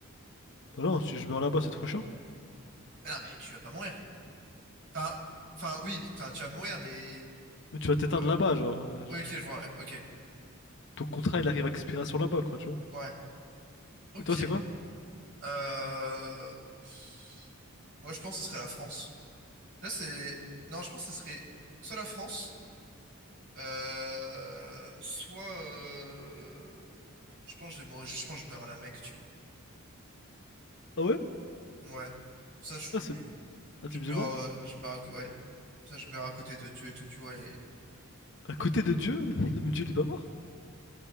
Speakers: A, on the left; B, on the right.
A: Bah non,
B: non?
A: si je meurs là-bas, c'est trop chiant.
B: Mais non, mais tu vas pas mourir. Enfin, enfin oui, enfin, tu vas mourir, mais...
A: Mais tu vas t'éteindre
B: euh,
A: là-bas, genre. euh, je-
B: ouais, ok, je vois, ouais, ok.
A: Ton contrat, il arrive à expiration là-bas, quoi, tu vois.
B: Ouais, ok.
A: Et toi, c'est quoi?
B: Euh... pff, Moi, je pense que ce serait la France. Là, c'est... Non, je pense que ce serait soit la France, euh... soit... euh, Je pense que je vais mourir, je pense que je meurs à la Mecque, tu vois.
A: Ah ouais?
B: Ouais. Comme ça, je suis...
A: Ah, c'est... Ah,
B: Je
A: t'es musulman?
B: meurs... euh, Je meurs... à- Ouais. Ça, je meurs à côté de Dieu et tout, tu vois. Et...
A: À côté de Dieu? <laughs> Mais Dieu, il est pas mort.